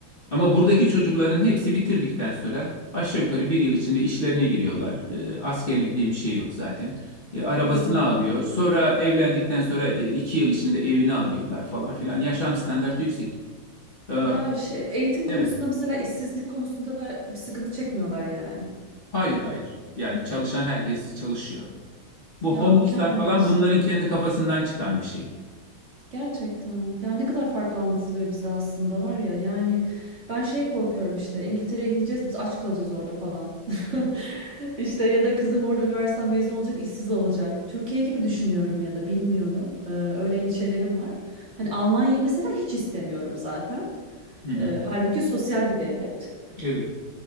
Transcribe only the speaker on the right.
Ay.
Ya şey, eğitim
konusunda mesela işsizlik konusunda bir sıkıntı çekmiyorlar yani.
Ya
mükemmel
işte.
Gerçekten. Yani ne kadar farklı anlatılıyor bize aslında var ya. Yani ben şey korkuyorum işte İngiltere'ye gideceğiz biz aç kalacağız orada falan. <laughs> İşte ya da kızım orada üniversiteden mezun olacak işsiz olacak. Türkiye gibi düşünüyorum ya da bilmiyorum. Ee, öyle endişelerim var. Hani Almanya'yı mesela hiç istemiyorum zaten.
Ee, halbuki sosyal bir devlet.